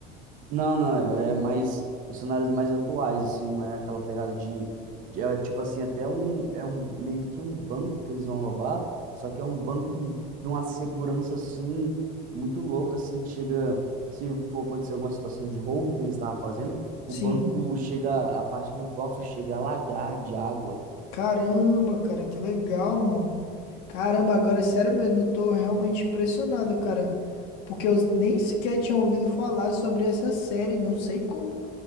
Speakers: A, on the right; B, on the left.
A: Não, não, é é mais é cenários mais atuais, assim, não é aquela pegada de, de- é, tipo assim, até um é um meio que um banco que eles vão roubar, só que é um banco de uma segurança assim muito louca, assim, que chega se for acontecer alguma situação de roubo que eles estavam fazendo,
B: Sim.
A: o banco chega, a parte do cofre chega a lagar de água.
B: Caramba, cara, que legal, mano. Caramba, agora é sério mesmo, eu tô realmente impressionado, cara, porque eu nem sequer tinha ouvido falar sobre essa série, não sei como